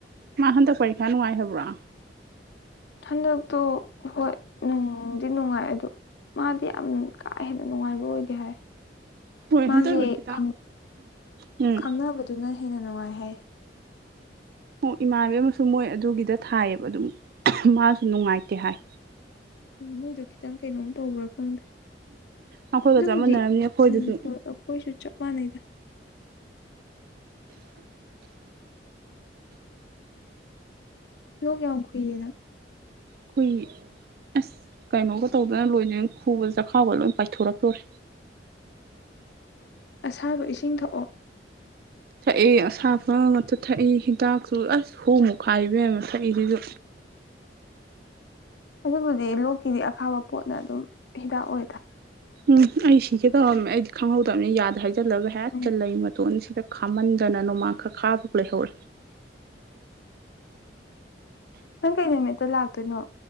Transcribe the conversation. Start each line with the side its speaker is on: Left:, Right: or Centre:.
Right: ꯃꯥ ꯍꯟꯗꯛ ꯄꯔꯤꯈꯥ ꯅꯨꯡꯉꯥꯏ ꯍꯥꯏꯕ꯭ꯔꯣ
Left: ꯍꯟꯗꯛꯛꯇꯣ ꯍꯣꯏ ꯎꯝ ꯅꯨꯡꯉꯥꯏ ꯑꯗꯣ ꯃꯥꯗꯤ ꯌꯥꯝ ꯀꯥ ꯍꯦꯟꯅ ꯅꯨꯡꯉꯥꯏꯕ ꯑꯣꯏꯗꯦ ꯍꯥꯏ
Right: ꯍꯣꯏ
Left: ꯃꯥꯒꯤ
Right: ꯍꯟꯗꯛꯇ ꯈꯤꯇꯪ
Left: ꯈꯪ
Right: ꯎꯝ
Left: ꯈꯪꯅꯕꯗꯨꯅ ꯍꯦꯟꯅ ꯅꯨꯡꯉꯥꯏ ꯍꯥꯏ
Right: ꯑꯣ ꯏꯃꯥꯟꯕꯤ ꯑꯃꯁꯨ ꯃꯣꯏ ꯑꯗꯨꯒꯤꯗ ꯊꯥꯏꯌꯦꯕ ꯑꯗꯨꯝ ꯃꯥꯁꯨ ꯅꯨꯡꯉꯥꯏꯇꯦ ꯍꯥꯏ
Left: ꯎꯝ ꯃꯨꯏꯗꯨ ꯈꯤꯇꯪ ꯀꯩꯅꯣꯝ ꯇꯧꯕ꯭ꯔꯥ ꯈꯪꯗꯦ
Right: ꯑꯩꯈꯣꯏꯒ
Left: ꯑꯗꯨꯕꯨꯗꯤ
Right: ꯆꯃꯟꯅꯔꯕꯅꯤ ꯑꯩꯈꯣꯏꯗꯁꯨ
Left: ꯎꯝ ꯍꯣꯏ ꯍꯣꯏꯁꯨ ꯆꯞ ꯃꯥꯟꯅꯩꯗ ꯂꯣꯛ ꯌꯥꯝ ꯈꯨꯏꯌꯦ ꯅꯪ
Right: ꯈꯨꯏ ꯑꯁ ꯀꯩꯅꯣꯒ ꯇꯧꯗꯅ ꯂꯣꯏꯅꯦꯑꯪ ꯈꯨꯕꯗ ꯆꯈꯥꯎꯒ ꯂꯣꯏ ꯄꯥꯏꯊꯣꯔꯛꯇꯣꯔꯦ
Left: ꯑꯁꯥꯕ ꯏꯁꯤꯡ ꯊꯛꯑꯣ
Right: ꯊꯛꯏ ꯑꯁꯥꯕ ꯉꯇ ꯊꯛꯏ ꯍꯤꯗꯥꯛꯁꯨ ꯑꯁ ꯍꯨꯃꯨ ꯈꯥꯏ ꯏꯕꯦꯝꯃ ꯊꯛꯏꯖꯤꯖꯨ
Left: ꯑꯗꯨꯕꯨꯗꯤ ꯂꯨꯛꯀꯤꯗꯤ ꯑꯈꯥꯕ ꯄꯣꯠꯅ ꯑꯗꯨꯝ ꯍꯤꯗꯥꯛ ꯑꯣꯏꯗ
Right: ꯎꯝ ꯑꯩ ꯁꯤꯒꯦ ꯇꯧꯔꯝꯅꯦ ꯑꯩꯗꯤ ꯈꯪꯍꯧꯗꯕꯅꯦ ꯌꯥꯗ ꯍꯥꯏꯖꯤꯜꯂꯕ ꯍꯦꯛ
Left: ꯎꯝ
Right: ꯆꯜꯂ ꯃꯇꯣꯟ ꯁꯤꯗ ꯈꯥꯝꯃꯟꯗꯅ ꯅꯣꯡꯃꯥꯡꯈꯛ ꯈꯥꯕꯒ ꯂꯩꯍꯧꯋꯤ
Left: ꯅꯪ ꯀꯩ ꯅꯨꯃꯤꯠꯇ ꯂꯥꯛꯇꯣꯏꯅꯣ